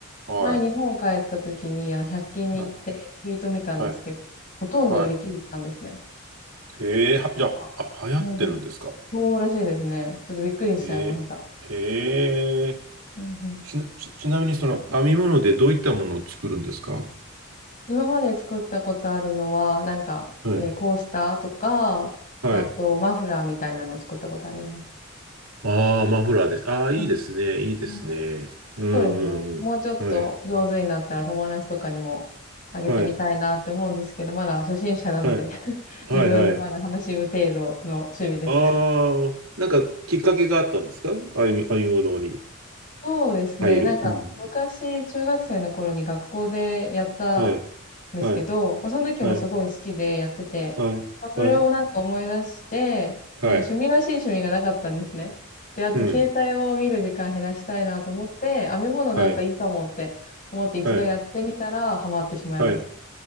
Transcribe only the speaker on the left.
前日本帰った時にあの100均に行って聞いてみたんですけど、
ほとんど売り切れてたんですね。
なんか、
うんうん。そうらしいですね。ちょっとびっくりしちゃいました。
うんうん、
今まで作ったことあるのは、なんか、
えーコースターとか、
あとマフラーみたいなのを作ったことあります。
うん。
うん
そうですね。もうちょっと上手になったら友達とかにもあげてみたいなって思うんですけど、
まだ初心者なんで
<laughs>
自分でまだ楽しむ程度の趣味です。
そうですね。
なんか、
昔、中学生の頃に学校でやったん
ですけど、
まあ、その時もすごい好きでやってて、
まあ、それをなんか思い出して、
なんか趣味らしい趣味がなかったんですね。で、あと携帯を見る時間減らしたいなと思って、
編み物なんかいいかもって思って一度やってみたらハマってしまいました。